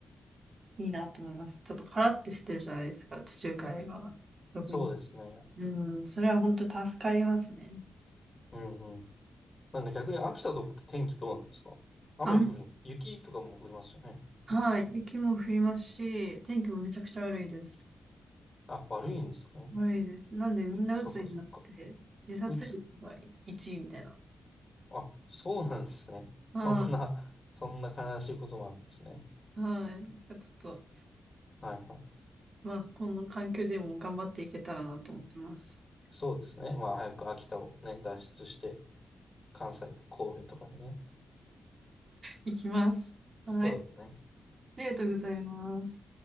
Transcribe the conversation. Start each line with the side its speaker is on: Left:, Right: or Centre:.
Right: いいなと思います。ちょっとカラッてしてるじゃないですか、地中海は。特に。
Left: そうですね。
Right: うん、それは本当助かりますね。
Left: うんうん。なんか逆に秋田とかって天気どうなんですか雨降る、
Right: 雨、
Left: 雪とかも降りますよね。
Right: はい、雪も降りますし、天気もめちゃくちゃ悪いです。
Left: あ、悪いんですね。
Right: 悪いです。なんでみんな鬱になって、
Left: そっかそっか。
Right: 自殺率が1位みたいな。
Left: うつ。あ、そうなんですね。
Right: あ
Left: そんな、そんな悲しいこともあるんですね。
Right: あ、はい。なんかちょっと
Left: はいはい。
Right: まあ、この環境でも頑張っていけたらなと思ってます。
Left: そうですね。まあ早く秋田をね、脱出して、関西、神戸とかにね。
Right: いきます。はい。
Left: そうですね。
Right: ありがとうございます。